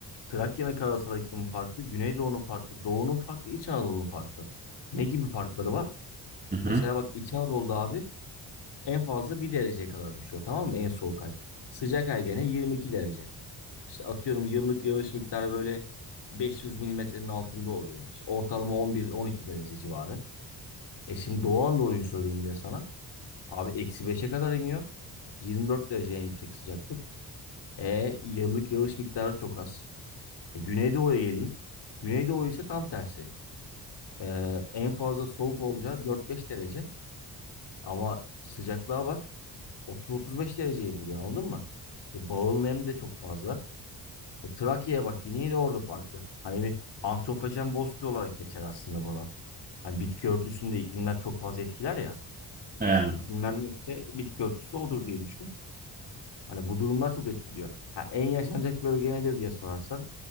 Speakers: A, on the left; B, on the right.
A: Trakya'nın karasal iklimi farklı, Güneydoğu'nun farklı, Doğu'nun farklı, İç Anadolu'nun farklı. Ne gibi farkları var?
B: hı hı.
A: Mesela bak İç Anadolu'da abi en fazla bir dereceye kadar düşüyor tamam mı? En soğuk ay. Sıcak ay gene 22 derece. İşte atıyorum yıllık yağış miktarı böyle 500 milimetrenin altında oluyor. İşte ortalama 11-12 derece civarı. E şimdi Doğu Anadolu'yu söyleyeyim de sana. Abi eksi beşe kadar iniyor. 24 derece en yüksek sıcaklık. E yıllık yağış miktarı çok az. E, Güneydoğu'ya geleyim. Güneydoğu ise tam tersi. E, en fazla soğuk olacağı 4-5 derece. Ama sıcaklığa bak 30-35 dereceyi buluyor anladın mı? İşte bağıl nem de çok fazla. E, Trakya'ya bak yine yine orada farklı. Hani bir antropojen bozkır olarak geçer aslında buralar. Hani bitki örtüsünde iklimler çok fazla etkiler ya.
B: Ee,
A: Aslında iklimler neyse bitki örtüsü de odur diye düşün. Hani bu durumlar çok etkiliyor. Ha, en yaşanacak bölge nedir diye sorarsan.